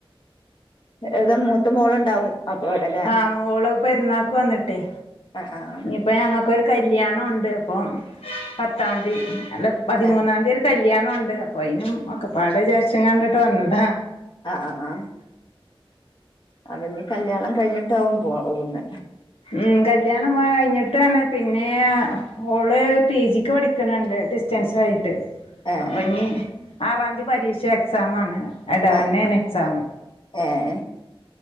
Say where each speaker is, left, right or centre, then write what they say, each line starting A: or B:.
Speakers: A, on the left (about 55°); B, on the left (about 85°).
A: ഏതാ മൂത്ത മോളുണ്ടാവും അപ്പോ ഇവിടെ ല്ലേ
B: ആ മോള് പെരുന്നാക്ക് വന്നിട്ടേ
A: ആഹ് ആഹ്
B: ഇപ്പൊ ഞങ്ങക്കൊരു കല്യാണം ഉണ്ട് അപ്പം പത്താന്തി അല്ല പതിമൂന്നാന്തി
A: ഏഹ്
B: ഒരു കല്യാണോണ്ട് അപ്പൊ അയ്നും ഒക്കെപ്പാട് വിചാരിച്ചുങ്ങാണ്ട്ട്ട് വന്നതാ
A: ആഹ് ആഹ് ആഹ് അപ്പൊ ഇഞ്ഞി കല്യാണം കഴിഞ്ഞിട്ടാവും പോവുന്ന്
B: ഉം കല്യാണം കഴിഞ്ഞിട്ടാണ് പിന്നെ ഓള് പി ജിക്ക് പഠിക്കണുണ്ട് ഡിസ്റ്റൻസ് ആയിട്ട്.
A: ഏഹ്
B: അപ്പഞ് ആറാംതി പരീക്ഷ എക്സാം ആണ് എടവണ്ണേണ്
A: ഏഹ്
B: എക്സാമ്
A: ഏഹ്